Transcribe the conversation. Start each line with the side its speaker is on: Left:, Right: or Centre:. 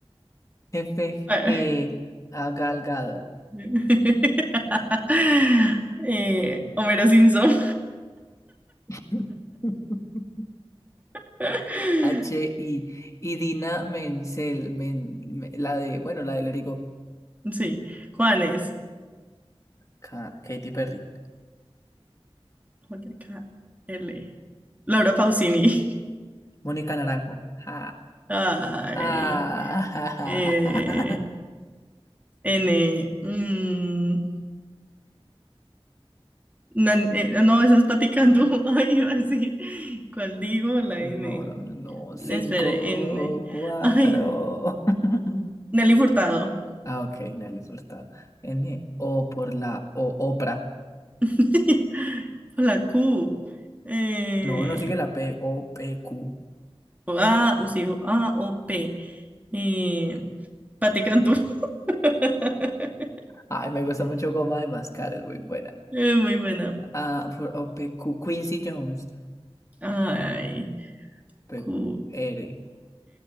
Left: F,
Right: Fa-
Left: G, A, Gal Gadot.
Right: <laughs> Eh, Homero Simpson.
Left: <laughs>
Right: <laughs>
Left: H, I, y Dina Menzel, men- me- la de, bueno, la de Lerigo.
Right: Sí, Juanes,
Left: Ka- Katy Perry.
Right: J K L, Laura Pausini,
Left: Mónica Naranjo. Ja,
Right: <laughs> ay,
Left: ja, ja, ja,
Right: eh,
Left: ja, ja.
Right: N, mm, nan- eh, no, esa es Paticandú, <laughs> ay, iba a decir, ¿cuál digo? La
Left: No,
Right: N,
Left: no, no. Cinco,
Right: espere, N,
Left: cuatro.
Right: ay,
Left: <laughs>
Right: Nelly Furtado,
Left: Ah, ok, Nelly Furtado. N, O por la O, Oprah.
Right: <laughs> la Q, eh,
Left: No, no sigue la P, O, P, Q.
Right: A, o sí, A, O, P, eh, Paticandú, <laughs>
Left: Ay, me gusta mucho Goma de Mascar, es muy buena.
Right: Eh, muy buena,
Left: Ah, por O, P, Q. Quincy Jones.
Right: ay.
Left: P,
Right: Q-O-R.
Left: Q, R,